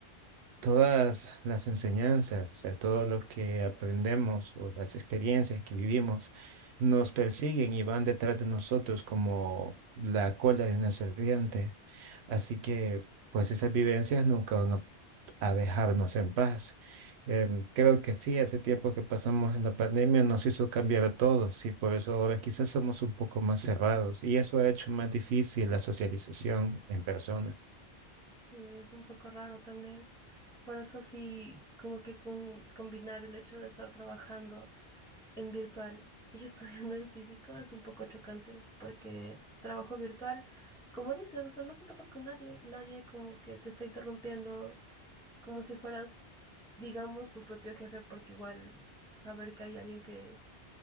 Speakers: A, on the right (about 75°); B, in the centre.
A: todas las enseñanzas, o sea, todo lo que aprendemos o las experiencias que vivimos nos persiguen y van detrás de nosotros como la cola de una serpiente. Así que, pues esas vivencias nunca van a, a dejarnos en paz. Em, creo que sí, hace tiempo que pasamos en la pandemia nos hizo cambiar a todos y por eso ahora quizás somos un poco más cerrados y eso ha hecho más difícil la socialización en persona.
B: Y es un poco raro también. Por eso sí, como que con- combinar el hecho de estar trabajando. en virtual y <laughs> estudiando en físico es un poco chocante porque trabajo virtual, como dices, o sea, no te topas con nadie, nadie como que te está interrumpiendo, como si fueras, digamos, tu propio jefe, porque igual saber que hay alguien que